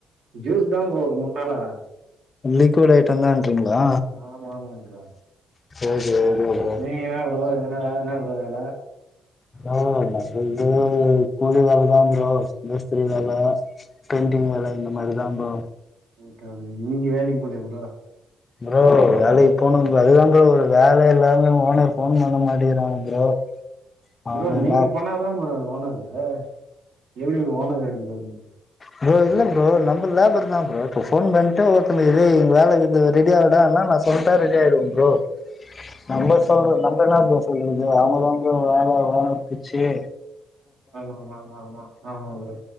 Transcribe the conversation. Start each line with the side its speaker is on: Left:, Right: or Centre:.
Right: ஜூஸ் தா ப்ரோ ஒரு மூணு நாளா
Left: லிக்வீட் ஐட்ட தான்றிங்ளா
Right: ஆமாம்மா ப்ரோ
Left: ஓகே ஓகே ப்ர்
Right: நீங்கெல்லா ப்ரோ எதுனா வேல இருந்தா குடுங்க வேல
Left: ப்ரோ நா வந்து கூலி வேலதா ப்ரோ மேஸ்திரி வேல பெயிண்டிங் வேல இந்த மாரி தா ப்ரோ
Right: ஊட்ட நீங்க வேலிக்கு போலயா ப்ரோ
Left: ப்ரோ வேலக்கி போணு ப்ரோ அதுதா ப்ரோ ஒரு வேலை இல்லாமே ஓனர் போன் பண்ண மாட்டேங்றாங்க ப்ரோ <inaudible>
Right: ப்ரோ
Left: அவங்கல்லா
Right: நீங்க பண்ணாதா ப்ரோ ஓனருங்க எப்டி ஓனர் எடுத்துங்கோங்க
Left: ப்ரோ இல்ல ப்ரோ நம்ம லேபர் தா ப்ரோ இப்ப ஃபோன் பண்ட்டு ஒருத்தனுக்கு இதே வேல இருக்குது ரெடியாடனா சொல்ட்டா ரெடி ஆயிடுவோ ப்ரோ நம்ம சொல்றது நம்ம என்ன ப்ரோ சொல்றது அவுங்கதாங்க வேல வேல புடீச்சே
Right: ஆமா ஆமா ஆமா ஆமா ஆமா ப்ரோ